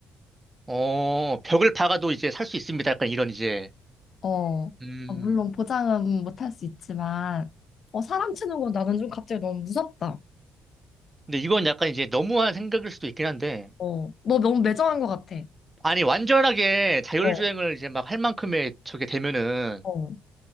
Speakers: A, on the right; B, on the left.
A: 어, 벽을 박아도 이제 살 수 있습니다. 약간 이런 이제.
B: 어,
A: 음.
B: 아, 물론 보장은 못 할 수 있지만, 어, 사람 치는 건 나는 좀 갑자기 너무 무섭다.
A: 근데 이건 약간 이제 너무한 생각일 수도 있긴 한데.
B: 어, 너 너무 매정한 것 같아.
A: 아니, 완전하게 자율주행을
B: 어,
A: 이제 막 할 만큼의 저게 되면은
B: 어.